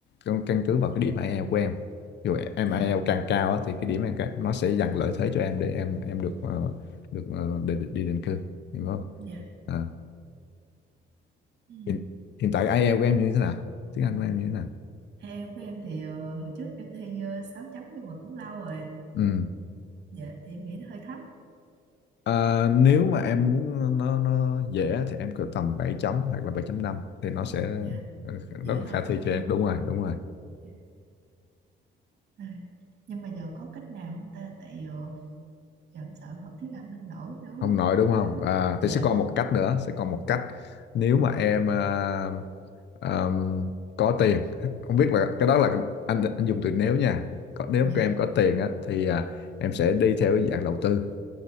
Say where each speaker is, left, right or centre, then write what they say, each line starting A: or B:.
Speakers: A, on the left (about 60°); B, on the right (about 55°).
A: căn căn cứ vào cái điểm IELTS của em dù em
B: dạ
A: IELTS càng cao á thì cái điểm em càng, nó sẽ dành lợi thế cho em để em em được ờ, được ờ, đi, đi định cư hiểu không
B: dạ
A: À
B: ừ.
A: hiện, hiện tại IELTS của em như thế nào tiếng Anh của em như thế nào
B: Theo của em thì ờ, hồi trước em thi uh, 6 chấm nhưng mà cũng lâu rồi
A: ừ.
B: dạ thì em nghĩ nó hơi thấp
A: Ờ, nếu mà em muốn nó nó dễ thì em cỡ tầm 7 chấm hoặc là bảy chấm năm thì nó sẽ
B: dạ
A: ờ,
B: dễ
A: rất là
B: hơn
A: khả thi
B: đúng không
A: cho em
B: anh
A: đúng rồi đúng rồi
B: dạ. À. nhưng mà giờ có cách nào không ta tại giờ, giờ em sợ em học tiếng Anh không nổi nữa quá.
A: không nói đúng không à,
B: dạ
A: thì sẽ còn một cách nữa sẽ còn một cách nếu mà em ờ, ờm, có tiền <laughs> không biết là cái đó là anh anh dùng từ nếu nha có, nếu
B: dạ
A: các em có tiền á thì à, em sẽ đi theo cái dạng đầu tư